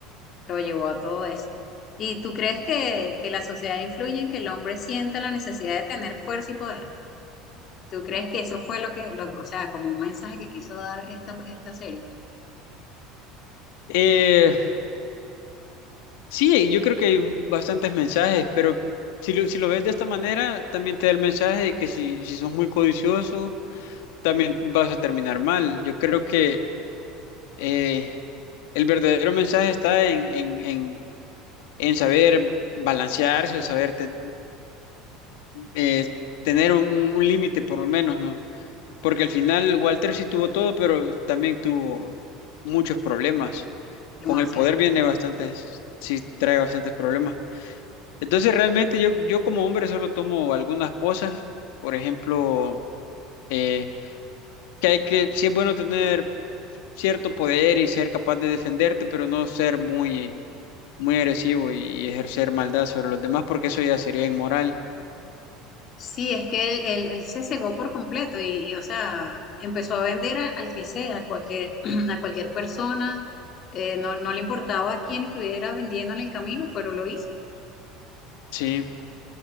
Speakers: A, on the left; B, on the left.
A: lo llevó a todo eso. ¿Y tú crees que, que la sociedad influye en que el hombre sienta la necesidad de tener fuerza y poder? ¿Tú crees que eso fue lo que, lo- o sea, como un mensaje que quiso dar esta, esta serie?
B: Eh, Sí, yo creo que hay bastantes mensajes, pero si lo, si lo ves de esta manera, también te da el mensaje de que si, si sos muy codicioso, también vas a terminar mal. Yo creo que eh, el verdadero mensaje está en, en, en, en saber balancearse o saber te- eh, tener un, un- un límite por lo menos, ¿no? Porque al final Walter sí tuvo todo, pero también tuvo muchos problemas.
A: Demasiado.
B: Con el poder viene bastantes, sí trae bastantes problemas. Entonces realmente yo, yo como hombre solo tomo algunas cosas, por ejemplo, eh, que hay que, sí es bueno tener cierto poder y ser capaz de defenderte, pero no ser muy, muy agresivo y, y ejercer maldad sobre los demás, porque eso ya sería inmoral,
A: Sí, es que él, él- él se cegó por completo y, y, o sea, empezó a vender a- al que sea, a cualquier, <clears throat> a cualquier persona. Eh, no, no le importaba a quién estuviera vendiendo en el camino, pero lo hizo.
B: sí.